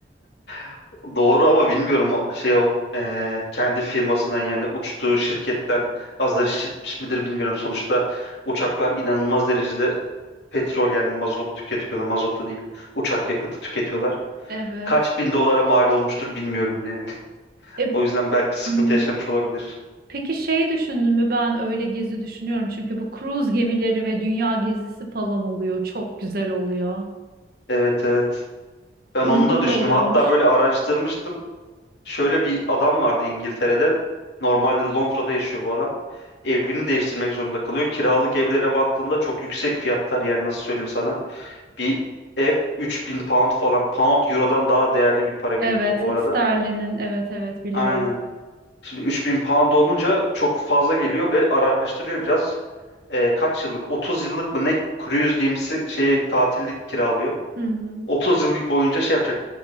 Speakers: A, on the left (about 70°); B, on the right (about 55°).
A: <laughs> Doğru ama bilmiyorum o- şey o eee, kendi firmasından yani uçtuğu şirketten azar işitmiş midir bilmiyorum. Sonuçta uçaklar inanılmaz derecede Petrol yani mazot tüketiyorlar. Mazot da değil. Uçak yakıtı tüketiyorlar.
B: <laughs> Evet.
A: Kaç bin dolara mal olmuştur bilmiyorum yani. <laughs>
B: E,
A: O yüzden belki sıkıntı
B: hmm,
A: yaşamış olabilir.
B: peki şey düşündün mü ben öyle gezi düşünüyorum çünkü bu cruise gemileri ve dünya gezisi falan oluyor çok güzel oluyor.
A: Evet evet. Ben
B: E, uygun
A: onu da düşündüm.
B: da oluyormuş.
A: Hatta böyle araştırmıştım. Şöyle bir adam vardı İngiltere'de. Normalde Londra'da yaşıyor bu adam. Evini değiştirmek zorunda kalıyor. Kiralık evlere baktığında çok yüksek fiyatlar. Yani nasıl söyleyeyim sana. Bir ev 3000 pound falan. Pound eurodan daha değerli bir para
B: Evet,
A: birimi bu bu arada.
B: Sterlin'in evet evet biliyorum.
A: Aynen. Şimdi 3000 pound olunca çok fazla geliyor ve araştırıyor biraz. Ee, kaç yıllık? 30 yıllık mı ne cruise gemisi şey tatillik kiralıyor.
B: Hı hı.
A: 30 yıl boyunca şey yapacak.